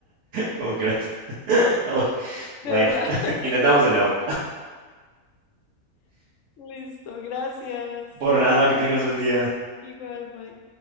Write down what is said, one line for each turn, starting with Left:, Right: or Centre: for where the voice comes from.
Right: ¿Cómo crees? <laughs> Uy,
Left: De
Right: Bueno,
Left: verdad. <laughs>
Right: intentamos de nuevo.
Left: Listo, gracias.
Right: Por nada, que tengas buen día.
Left: Igual, bye.